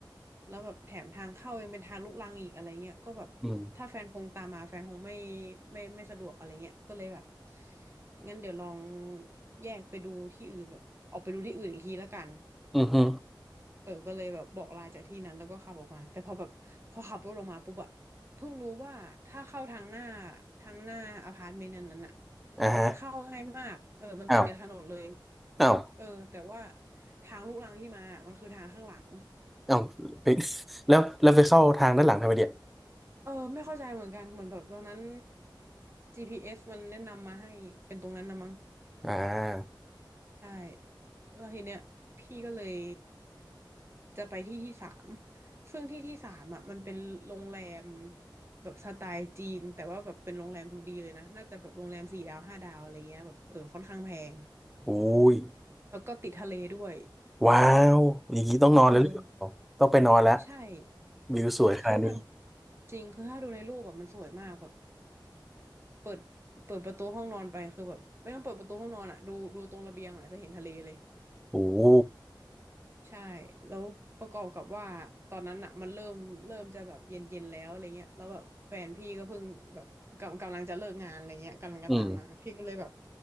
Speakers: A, on the right; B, in the centre.
A: แล้วแบบแถมทางเข้ายังเป็นทางลุกรังอีกอะไรเงี้ยก็แบบถ้าแฟนคงตามมาแฟนคงไม่
B: อืม
A: ไม่ไม่ไม่สะดวกอะไรเงี้ยก็เลยแบบงั้นเดี๋ยวลองแยกไปดูที่อื่นแบบออกไปดูที่อื่นอีกทีละกัน
B: อือฮึ
A: เออก็เลยแบบบอกลาจากที่นั้นแล้วก็ขับออกมาแต่พอแบบพอขับรถออกมาปุ๊บอะเพิ่งรู้ว่าถ้าเข้าทางหน้าทางหน้าอพาร์ตเมนต์นั้นน่ะ
B: อ่าฮะ
A: มันเข้าง่ายมากเออมันติดกับถนนเลย
B: อ้าวอ้าว
A: เออแต่ว่าทางลูกรังที่มามันคือทางข้างหลัง
B: อ้าวไปแล้วแล้วไปเข้าทางด้านหลังทำไมเดีย
A: เออไม่เข้าใจเหมือนกันเหมือนแบบตอนนั้น GPS มันแนะนำมาให้เป็นตรงนั้นนะมั้ง
B: อ่า
A: ใช่แล้วทีเนี้ยพี่ก็เลยจะไปที่ที่สามซึ่งที่ที่สามอ่ะมันเป็นโรงแรมแบบสไตล์จีนแต่ว่าแบบเป็นโรงแรมดูดีเลยนะน่าจะแบบโรงแรมสี่ดาวห้าดาวอะไรเงี้ยแบบเออค่อนข้างแพง
B: อุ้ย
A: แล้วก็ติดทะเลด้วย
B: ว้าวอย่างนี้ต้องนอนแล้วหรือเปล่าต้องไปนอนแล้ว
A: เออใช่
B: วิวสวยขนาดนี้
A: คือคือถ้าจริงคือถ้าดูในรูปแบบมันสวยมากแบบเปิดเปิดประตูห้องนอนไปคือแบบไม่ต้องเปิดประตูห้องนอนอ่ะดูดูตรงระเบียงอ่ะจะเห็นทะเลเลย
B: โอ้
A: ใช่ แล้วประกอบกับว่าตอนนั้นอ่ะมันเริ่มเริ่มจะแบบเย็นเย็นแล้วอะไรเงี้ยแล้วแบบแฟนพี่ก็เพิ่งแบบกำกำลังจะเลิกงานอะไรเงี้ยกำลังจะตามมา
B: อืม
A: พี่ก็เลยแบบ